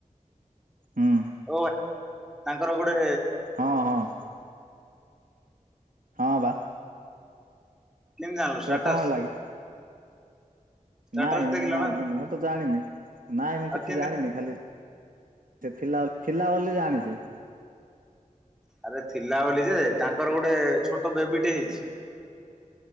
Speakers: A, on the right; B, in the centre.
A: ହୁଁ
B: ଓ ତାଙ୍କର ଗୋଡେ
A: ହଁ ହଁ। ହଁ ବା।
B: କେନ୍ତେ ଜାଣଲ
A: ସେଇଟା
B: ଷ୍ଟାଟସ୍?
A: କଣ ହେଲା କି
B: ଷ୍ଟାଟସ୍
A: ନାଇଁ
B: ଦେଖିଲ
A: ମୁଁ ଆଉ
B: ନା କଣ
A: ମୁଁ ତ ଜାଣିନି ନାଇଁ ମୁଁ
B: ଆଉ
A: କିଛି
B: କେମିତି
A: ଜାଣିନି ଖାଲି ସେ ଥିଲା ଥିଲା ବୋଲି ଜାଣିଚି।
B: ଆରେ ଥିଲା ବୋଲି ଯେ ତାଙ୍କର ଗୋଟେ ଛୋଟ ବେବିଟେ ହେଇଚି।